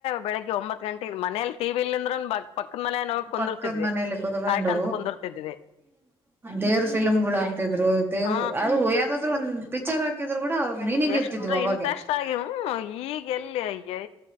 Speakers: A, on the left; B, on the right.
A: ಬೆಳಿಗ್ಗೆ ಒಂಬತ್ ಗಂಟೆ ಮನೇಲಿ ತೀವಿ ಇಲ್ಂದ್ರನ್ ಬ ಪಕ್ಕ ಪಕ್ಕದ್ ಮನೆಲ್ ಹೋಗಿ ಕುಂದಿರ್ತಿದ್ವಿ
B: ಪಕ್ಕದ ಮನೇಲಿ ಕುತ್ಕೊಂಡು
A: ಕಾಯ್ ಕಂತ ಕುಂದಿರ್ತಿದ್ವಿ
B: ದೇವ್ರ ಫಿಲ್ ಗಳು ಆಗ್ತಿದ್ರು ದೇವ್ರ
A: ಹ್ಮ
B: ಅದು ಯಾವ್ದಾದ್ರು ಒಂದು ಪಿಚರ್ ಹಾಕಿದ್ರು ಕೂಡ ಮೀನಿಂಗ್
A: ಎಷ್ಟು
B: ಇರ್ತಿದ್ವು ಅವಾಗ
A: ಇಂಟ್ರೆಸ್ಟ್ ಆಗವು ಈಗೆ ಎಲ್ಲಿ ಅಯ್ಯ